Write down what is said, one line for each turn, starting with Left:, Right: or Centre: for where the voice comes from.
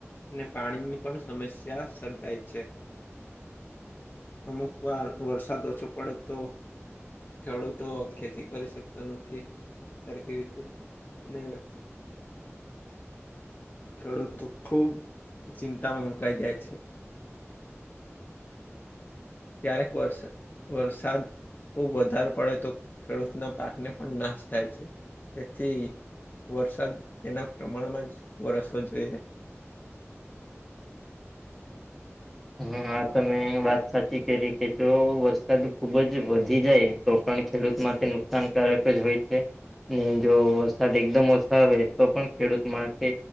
Left: ને પાણીની પણ સમસ્યા સર્જાય છે. અમુક વાર વરસાદ ઓછો પડે તો ખેડૂતો ખેતી કરી શકતા નથી સારી કે રીતે, અને
Centre: <unintelligible>
Left: ખેડૂત તો ખુબ ચિંતામાં મુકાઈ જાય છે. ક્યારેક વ વરસાદ ખૂબ વધારે પડે તો, ખેડૂતના પાકને પણ નાશ થાય છે, તેથી વરસાદ એના પ્રમાણમાં જ વરસવો જોઈએ.
Centre: હા, હા, તમે વાત સાચી કરી કે, જો વરસાદ ખુબ જ વધી જાય. તો પણ ખેડૂત માટેથી નુકસાનકારક જ હોય છે. ને, જો વરસાદ એકદમ ઓછો આવે, તો પણ ખેડૂત માટે